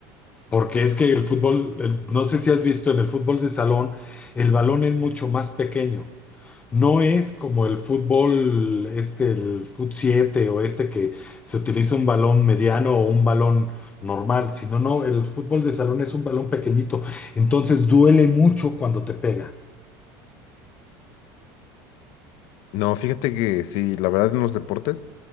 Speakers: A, on the left; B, on the left.
A: Porque es que el fútbol, el- no sé si has visto, en el fútbol de salón, el balón es mucho más pequeño. No es como el fútbol, este, el fut 7 o este que se utiliza un balón mediano o un balón normal, sino no, el fútbol de salón es un balón pequeñito. Entonces duele mucho cuando te pega.
B: No, fíjate que sí, la verdad en los deportes